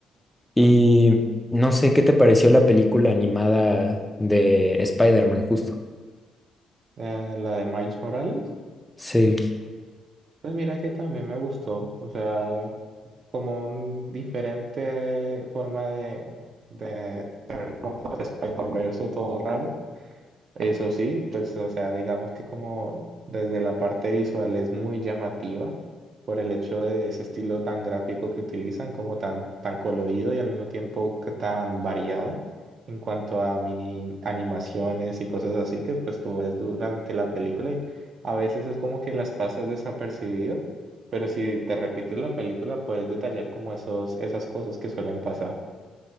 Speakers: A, in the centre; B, on the right (about 55°).
A: Y no sé, ¿qué te pareció la película animada de Spider-Man justo?
B: Eh, la de Miles Morales,
A: Sí.
B: pues mira que también me gustó, o sea, como un diferente forma de, de, como todo Spider-Verse, todo raro. Eso sí, pues, o sea, digamos que como desde la parte visual es muy llamativa por el hecho de ese estilo tan gráfico que utilizan, como tan, tan colorido y al mismo tiempo que tan variado en cuanto a mini animaciones y cosas así que pues tú ves durante la película y a veces es como que las pasas desapercibido, pero si te repites la película puedes detallar como esos, esas cosas que suelen pasar.